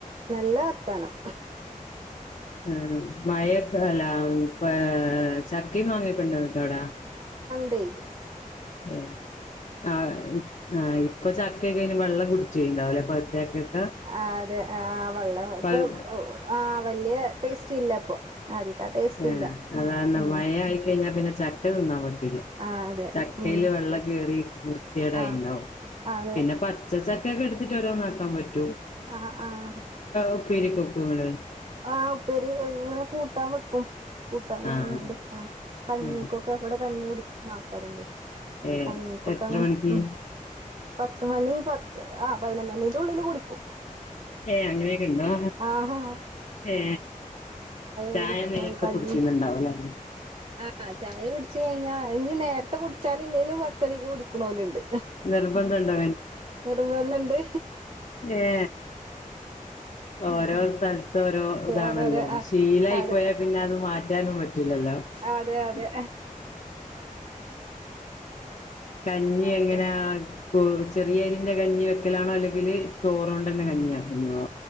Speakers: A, on the right; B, on the left.
A: നല്ല വർത്താനം
B: ഉം മഴേ അല്ലാം പ ചക്കേം മാങ്ങക്കൊണ്ടോ? <unintelligible> ടാ
A: ണ്ടേയ്
B: ഏ ആഹ് ആഹ് ഇപ്പൊ ചക്കയക്കെ കെഞ് വെള്ളം കുടിച്ചൊയ്ണ്ടാവുംല്ലേ പഴുത്തചക്കേക്ക
A: ആ അതെ ആ വെള്ളം ഇപ്പൊ
B: പഴു
A: ആ വല്യ ടേസ്റ്റ് ഇല്ല ഇപ്പൊ ആദ്യത്തെ ആ ടേസ്റ്റ്
B: ആഹ്
A: ഇല്ല
B: അതാണ്
A: ഉം
B: മഴ ആയി കഴിഞ്ഞാ പിന്നെ ചക് തിന്നാ മതി
A: ആ അതെ
B: ചക്കയില്
A: ഉം
B: വെള്ളം കേറി വൃത്തികേടായിണ്ടാവും
A: ആ അതെ
B: പിന്നെ പച്ച ചക കേക്ക് എടുത്തിട്ട് വരാ <unintelligible>
A: ആ ആഹ്
B: ഉപ്പേരിയൊക്കെ വെക്കോ ഇങ്ങള്
A: ആ ഉപ്പേരി ഇങ്ങനെ കൂട്ടാൻ വെക്കും കൂട്ടാനായിങണ്ട്
B: ആഹ്
A: ആ കഞ്ഞീക്കൊക്കെ
B: ആഹ്
A: ഇവിടെ കഞ്ഞി കുടിക്കു നമസ്കാരംണ്ട് പ്പൊ
B: ഏഹ്
A: കഞ്ഞിക്കൊക്കെ
B: എത്ര
A: അങ്ങനെ
B: മണിക്ക്
A: ഉം പത്തുമണി പ ആഹ് പൈനെന്തണീന്റെ ഉള്ളില് കുടിക്കും
B: ഏ അങ്ങനെയൊക്കെ ഉണ്ടോ
A: ആഹാ
B: ഏ ചായ
A: കുടിക്കും
B: നേരത്തെ
A: കഞ്ഞി
B: കുടിക്കുന്നുണ്ടാവുംല്ലേ
A: ആഹ് ചായ കുടിച്ച കഴിഞ്ഞാ ഇനിനി നേരത്തെ കുടിച്ചാല ഇല്ലേലും പത്തണിക്ക് കുടിക്കണലുണ്ട്
B: നിർബന്ധണ്ടോ
A: നിറമന്നണ്ട്
B: ഏ ഓരോ സ്ഥലത്തും ഓരോ ഇതാണല്ലോ
A: ഓരോരോ ആ
B: ശീലായി
A: അതെ
B: പോയാൽ പിന്നെ അത് മാറ്റാനും പറ്റും
A: അതെ അതെ
B: ോ കഞ്ഞി
A: ഓക്കെ
B: എങ്ങനെ ചെറിയരിന്റെ കഞ്ഞി വെക്കലാണോ അല്ലെങ്കില് ചോറണ്ട തന്നെ കഞ്ഞി ആക്കുന്നതോ